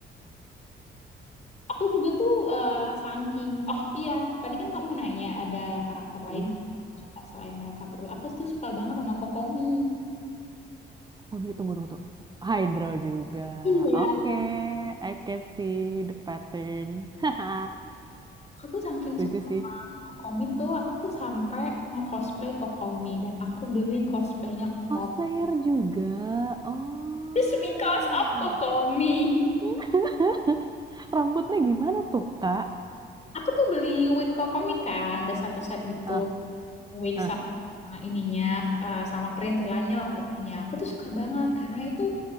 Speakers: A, on the left; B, on the right.
A: Aku juga tuh eh, saking oh iya tadi kan kamu nanya ada karakter lain
B: Hmm.
A: yang suka selain mereka berdua. Aku tuh suka banget sama Kokomi.
B: Oh nih, tunggu, tunggu, tunggu. Hydro juga.
A: Iya,
B: Oke, I can see the pattern. <laughs> Haha,
A: Aku tuh saking
B: lucu
A: suka
B: sih.
A: sama Kokomi tuh, aku tuh sampai nge-cosplay Kokomi dan aku beli cosplaynya Kokomi.
B: Cosplayer juga. Oh.
A: Just because of Kokomi.
B: <laughs> Rambutnya gimana tuh, Kak?
A: Aku tuh beli wig Kokomi kan, ada satu set gitu,
B: Ah,
A: wig
B: ah,
A: sama ininya, eh, sama perintilannya lah pokoknya. Aku tuh suka banget karena itu